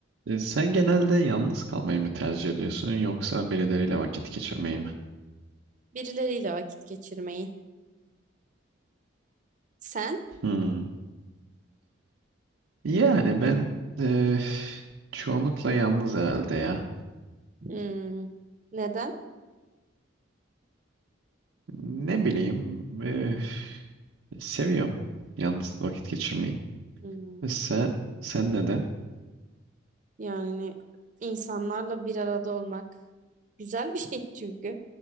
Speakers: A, on the right (about 80°); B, on the right (about 40°).
A: E, sen genelde yalnız kalmayı mı tercih ediyorsun yoksa birileriyle vakit geçirmeyi mi?
B: Birileriyle vakit geçirmeyi. Sen?
A: Hmm. Yani ben e, çoğunlukla yalnız herhalde ya.
B: Hmm, neden?
A: Ne bileyim e, seviyorum yalnız vakit geçirmeyi.
B: Hmm,
A: Mesela sen neden?
B: yani insanlarla bir arada olmak güzel bir şey <laughs> çünkü.